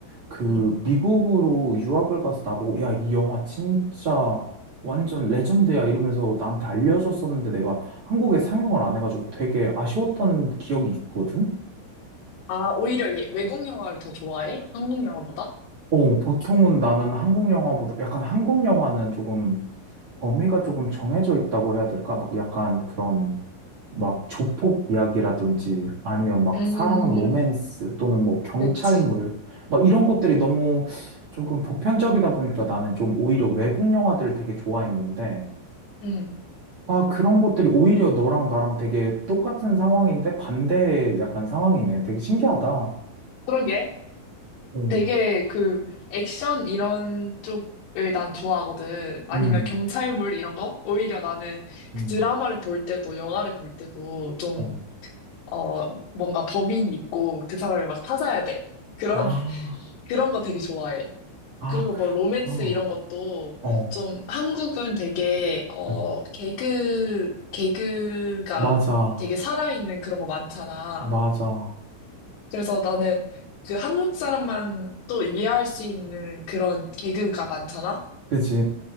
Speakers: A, on the right; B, on the left.
A: 그
B: 음.
A: 미국으로 유학을 가서 나보고, 야, 이 영화 진짜 완전 레전드야 이러면서 나한테 알려줬었는데 내가 한국에 상영을 안 해가지고 되게 아쉬웠던 기억이 있거든?
B: 아, 오히려 얘 외국 영화를 더 좋아해? 한국 영화보다?
A: 어, 보통은 나는 한국 영화보다 약간 한국 영화는 조금 범위가 조금 정해져 있다고 해야 될까? 막 약간 그런 막 조폭 이야기라든지 아니면 막
B: 음,
A: 사랑 로맨스 또는 뭐 경찰물
B: 그치.
A: 막 이런 것들이 너무 조금 보편적이다 보니까 나는 좀 오히려 외국 영화들을 되게 좋아했는데
B: 음,
A: 아, 그런 것들이 오히려 너랑 나랑 되게 똑같은 상황인데 반대의 약간 상황이네. 되게 신기하다.
B: 그러게.
A: 어,
B: 되게 그 액션 이런 쪽을 난 좋아하거든. 아니면
A: 음,
B: 경찰물 이런 거? 오히려 나는
A: 음,
B: 그 드라마를 볼 때도 영화를 볼 때도 좀,
A: 어.
B: 어, 뭔가 범인이 있고 그 사람을 막 찾아야 돼. 그런,
A: 아.
B: <laughs> 그런 거 되게 좋아해.
A: 아,
B: 그리고
A: 그렇구나.
B: 뭐 로맨스 이런 것도
A: 어,
B: 좀 한국은 되게, 어,
A: 음.
B: 개그, 개그가
A: 맞아,
B: 되게 살아있는 그런 거 많잖아.
A: 맞아.
B: 그래서 나는 그 한국 사람만 또 이해할 수 있는 그런 개그가 많잖아?
A: 그지,